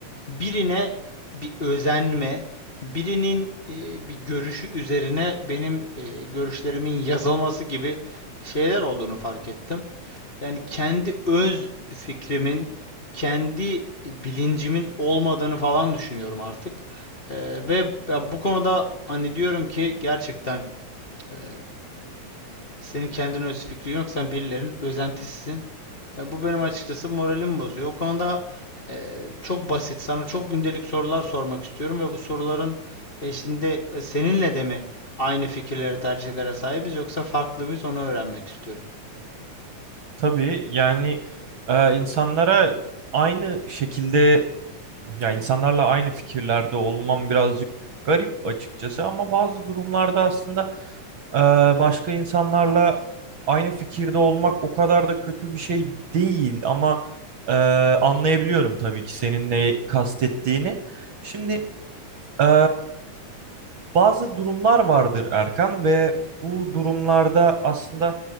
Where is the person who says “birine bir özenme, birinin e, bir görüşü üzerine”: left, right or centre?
Left